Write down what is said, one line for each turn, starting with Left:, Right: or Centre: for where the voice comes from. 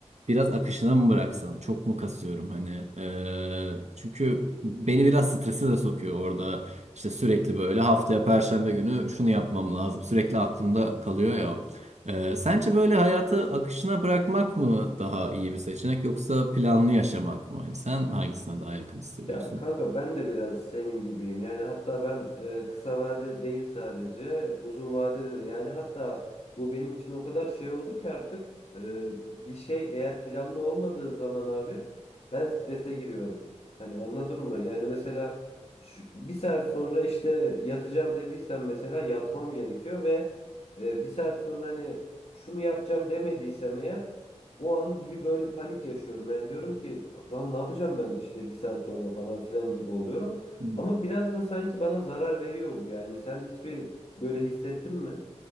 Right: biraz akışına mı bıraksam? Çok mu kasıyorum hani? Ee, çünkü beni biraz strese de sokuyor orada. İşte sürekli böyle haftaya perşembe günü şunu yapmam lazım. Sürekli aklımda kalıyor ya. o. Ee, sence böyle hayatı akışına bırakmak mı daha iyi bir seçenek yoksa planlı yaşamak mı? Yani sen hangisine daha yakın hissediyorsun?
Left: Ya kanka ben de biraz senin gibiyim. Yani hatta ben e, kısa vade değil sadece uzun vadede de yani hatta bu benim için o kadar şey oldu ki artık e, bir şey eğer planlı olmadığı zaman abi ben strese giriyorum. Hani anladın mı? Yani mesela şu, bir saat sonra işte yatacağım dediysem mesela yatmam gerekiyor ve e, bir saat sonra hani şunu yapacağım demediysem eğer O an bir böyle panik yaşıyorum. Yani diyorum ki lan ne yapacağım ben işte bir saat sonra falan filan gibi oluyorum.
Right: Hı.
Left: Ama biraz da sanki bana zarar veriyor bu yani. Sen hiçbir böyle hissettin mi?